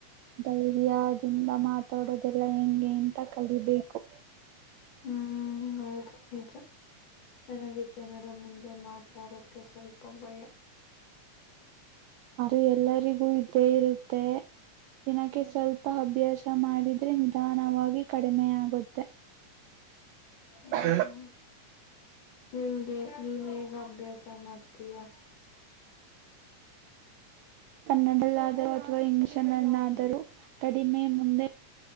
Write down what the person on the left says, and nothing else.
ಹ್ಮ್ ಹೌದು ನಿಜ ನನಗೆ ಜನರ ಮುಂದೆ ಮಾತಾಡೋಕ್ಕೆ ಸ್ವಲ್ಪ ಭಯ
ಹ್ಮ್
ನಿನ್ಗೆ ನೀನ್ಗ ಅಭ್ಯಾಸ ಮಾಡ್ತೀಯಾ